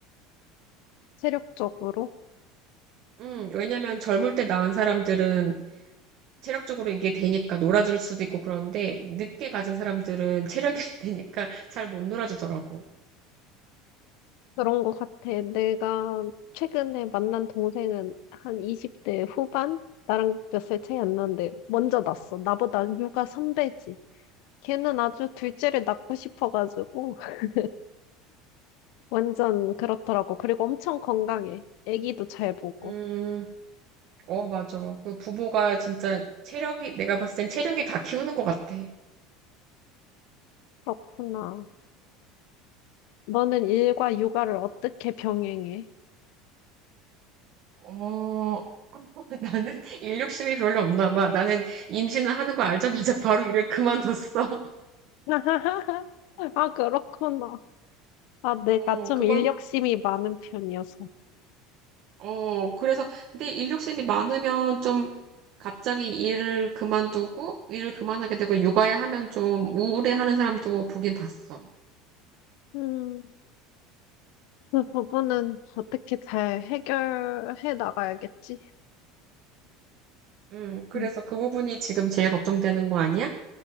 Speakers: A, on the left; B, on the right.
A: 체력적으로.
B: 음, 왜냐면 젊을 때 낳은 사람들은 체력적으로 이게 되니까 놀아줄 수도 있고 그런데 늦게 가진 사람들은 체력이 <laughs> 되니까 잘 못 놀아주더라고.
A: 그런 것 같아. 내가 최근에 만난 동생은 한 20대 후반? 나랑 몇 살 차이 안 나는데 먼저 낳았어. 나보다 육아 선배지. 걔는 아주 둘째를 낳고 싶어가지고 <laughs> 완전 그렇더라고. 그리고 엄청 건강해. 아기도 잘 보고.
B: 음, 어, 맞아. 그 부모가 진짜 체력이, 내가 봤을 땐 체력이 다 키우는 것 같아.
A: 그렇구나. 너는 일과 육아를 어떻게 병행해?
B: 어, <laughs> 나는 일 욕심이 별로 없나 봐. 나는 임신을 하는 거 알자마자 바로 일을 그만뒀어. <laughs>
A: <laughs> 아, 그렇구나. 아, 내가
B: 어,
A: 좀
B: 그만,
A: 인력심이 많은 편이어서.
B: 어, 그래서, 근데 일욕심이 많으면 좀 갑자기 일을 그만두고, 일을 그만하게 되고, 육아에 하면 좀 우울해하는 사람도 보긴 봤어.
A: 음. 그 부분은 어떻게 잘 해결해 나가야겠지.
B: 음, 그래서
A: 음.
B: 그 부분이 지금 제일 걱정되는 거 아니야?